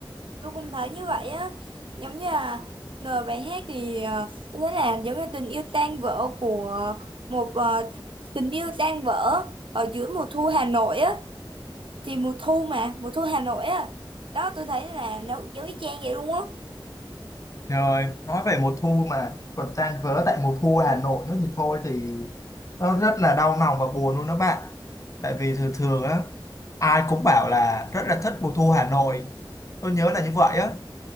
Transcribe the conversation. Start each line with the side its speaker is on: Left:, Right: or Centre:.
Right: tôi cũng thấy như vậy á giống như là lời bài hát thì ờ, tôi thấy là giống như tình yêu tan vỡ của một ờ, tình yêu tan vỡ ở giữa mùa thu Hà Nội á thì mùa thu mà mùa thu Hà Nội á đó tôi thấy là nó giống y chang vậy luôn á
Left: Rồi, nói về mùa thu mà còn tan vỡ tại mùa thu Hà Nội nữa thì thôi thì nó rất là đau lòng và buồn luôn đó bạn. Tại vì thường thường á, ai cũng bảo là rất là thích mùa thu Hà Nội. Tôi nhớ là như vậy á.